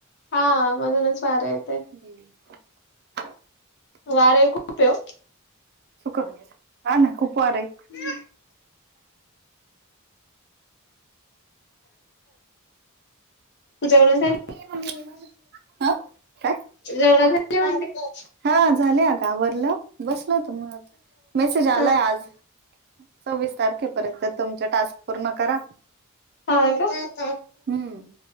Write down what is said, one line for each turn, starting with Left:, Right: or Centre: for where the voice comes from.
Left: हा मधूनच वार येते.
Right: ह <inaudible>
Left: वार खूप पेव.
Right: सु कर हा ना खूप वार आहे.
Left: हम्म <inaudible> जेवण झाली.
Right: <inaudible> काय?
Left: जवरा <unintelligible> घाली म्हणते
Right: हा झाले आग आवरल बसल होत मग मेसेज
Left: हा
Right: आलाय आज. सव्वीस तारखेपर्यंत तुमच टास्क पूर्ण करा
Left: मग नाही
Right: हम्म